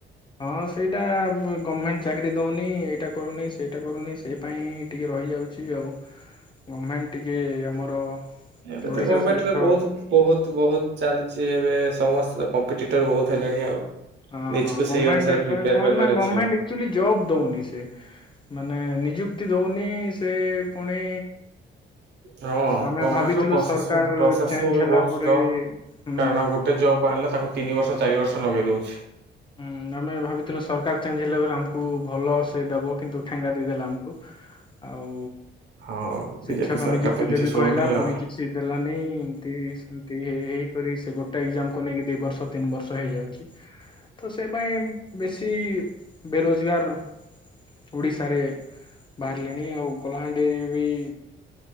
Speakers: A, on the left; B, on the right.
A: ହଁ ସେଇଟା ବ ଗମେଣ୍ଟ ଚାକିରି ଦଉନି ଏଇଟା କରୁନି ସେଇଟା କରୁନି ସେ ପାଇଁ ଟିକେର ରହିଯାଉଛି ଆଉ ଗମେଣ୍ଟ ଟିକେ ଆମର
B: ଏବେ
A: ଓଡିଶା
B: ତ ଗମେଣ୍ଟରେ
A: ସହିତ
B: ବହୁତ୍ ବହୁତ୍ ବହୁତ୍ ଚାଲିଛି ଏବେ ସମସ୍ତ ବହୁତ୍ ହେଲେଣି ଆଉ।
A: ଅ
B: ନିଜକୁ
A: ହଁ ଗମେଣ୍ଟ
B: ସେଇ ଅନୁସାରେ
A: ଏବେ
B: ପ୍ରିପେୟାର
A: କଣ
B: କରିବାର
A: ନା
B: ଅଛି
A: ଗମେଣ୍ଟ
B: ଆଉ।
A: ଆକ୍ଟୁଲି ଜବ ଦଉନି ସେ। ମାନେ ନିଯୁକ୍ତି ଦଉନି ସେ ପୁଣି
B: ହଁ
A: ଆମେ
B: ଗଭର୍ଣ୍ଣମେଣ୍ଟର
A: ଭାବିଥିଲୁ
B: ପ୍ରୋସେସିଂ
A: ସରକାର
B: ପ୍ରୋସେସିଂ
A: ଚେଞ୍ଜ
B: ବି
A: ହେଲା
B: ବହୁତ
A: ପରେ
B: ସ୍ଲୋ
A: ହୁଁ
B: କାରଣ
A: ହୁଁ।
B: ଗୋଟେ ଜବ୍ ବାହାରିଲେ ତାକୁ ତିନି ବର୍ଷ ଚାରି ବର୍ଷ ଲଗେଇ ଦଉଛି।
A: ହୁଁ ଆମେ ଭାବିଥିଲୁ ସରକାର ଚେଞ୍ଜ ହେଲା ପରେ ଆମକୁ ଭଲ ସେ ଦବ କିନ୍ତୁ ଠେଙ୍ଗା ଦେଇଦେଲା ଆମକୁ। ଆଉ
B: ହଁ।
A: ଶିକ୍ଷକ
B: ବିଜେପି ସରକାର
A: ନିଯୁକ୍ତି
B: ତ କିଛି
A: ଦେବି
B: ଶୁଣୁନି
A: କହିଲା ପୁଣି
B: ଆଉ।
A: କିଛି ଦେଲାନି ଏମତି ସେମତି ହେଇ ହେଇ କରି ସେ ଗୋଟେ ଗୋଟେ ଏକ୍ଜାମକୁ ନେଇକି ଦି ବର୍ଷ ତିନି ବର୍ଷ ହେଇଯାଉଛି। ତ ସେଇ ପାଇଁ ବେଶୀ ବେରୋଜଗାର ଓଡ଼ିଶାରେ ବାହାରିଲେଣି ଆଉ କଳାହାଣ୍ଡିରେ ବି